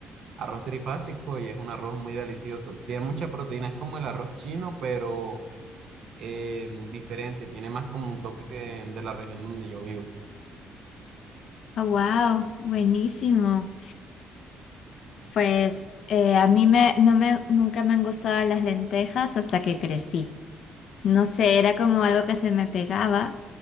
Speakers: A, on the right; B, on the left.
A: Arroz trifásico y es un arroz muy delicioso. Tiene mucha proteína, es como el arroz chino, pero eh, diferente. Tiene más como un toque de, de la región donde yo vivo.
B: Ah, wow. Buenísimo. Pues eh, a mí me, no me, nunca me han gustado las lentejas hasta que crecí. No sé, era como algo que se me pegaba.